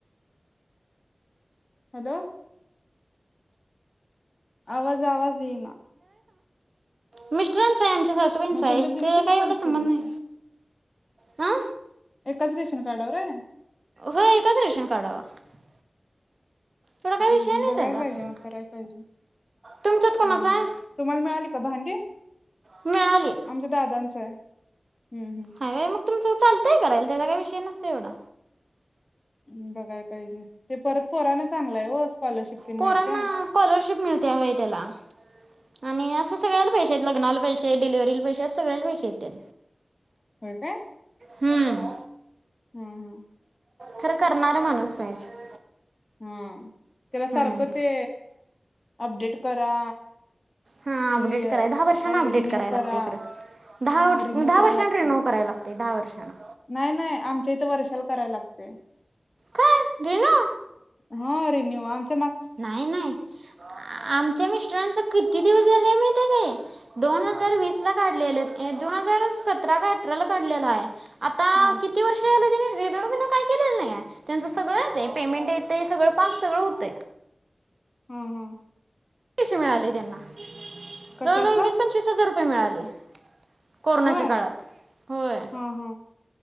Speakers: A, on the left; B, on the right.
A: हॅलो. आवाज आवाज. ज येईना
B: मिस्टरा आहे आमच्या सासूबाईंचा
A: मग तुमच्या
B: आहे
A: दिदी
B: त्याचा
A: तिने
B: काय
A: पण
B: एवढा संबंध
A: केलंय
B: नाही.
A: काय?
B: हा.
A: एकाच रेशन कार्डावराय.
B: हो एकाच रेशन कार्डावर. एवढा काय
A: हम्
B: विषय
A: हम्
B: नाही
A: बघाय
B: त्याचा
A: पाहिजे, मग कराय पाहिजे.
B: तुमच्यात कोणाचा
A: हा हा
B: आहे
A: तुम्हाला मिळाली का भांडी?
B: मिळाली
A: आमच्या दादांचंय. हम् हम्
B: हाय व्हय, मग तुमचं चालतंय करायला त्याचा काही विषय नसतंय एवढा.
A: ह बघाय पाहिजे. ते परत पोराना चांगला आहे हो स्कॉलरशिप तेन
B: पोरांना
A: मिळत्या.
B: स्कॉलरशिप मिळते होय त्याला आणि असं सगळ्याला पैसे आहेत लग्नाला पैसे डिलेवारी पैसे सगळ्या पैसे येतेत.
A: होय काय?
B: हम
A: हम हम
B: खरं करणारा माणूस पाहिजे.
A: हा त्याला
B: हम्म
A: सारखं ते अपडेट करा.
B: हा अपडेट
A: काय
B: कराय दहा वर्षांना अपडेट
A: रिन्यू
B: करायला
A: करा
B: लागते खरं दहा
A: ह
B: वर्ष
A: रिन्यू
B: दहा
A: करायला
B: वर्षांना
A: लागतय
B: रिन्यू करायला लागते दहा वर्षांना
A: नाही नाही आमच्या इथे वर्षाला करायला लागतंय. ते
B: काय रिनू
A: हा रे निवांत.
B: नाही नाही आमच्या मिस्टरांचा किती दिवस झाला. मी ते का दोन हजार वीस ला काढलेले दोन हजार सतरा काय अठराला काढलेला आहे. आता
A: हा
B: किती वर्ष झालं? त्यांनी रिनुवल‌ बिनूव काय केलेलं नाही आहे त्यांच सगळं येते पेमेंट येत सगळं पाक सगळं होतंय.
A: हम्म हम्म
B: पैसे मिळाले त्यांना
A: कशाच
B: जवळजवळ वीस पंचवीस हजार. रुपये मिळाले. कोरोनाच्या
A: होय
B: काळात होय
A: हा हा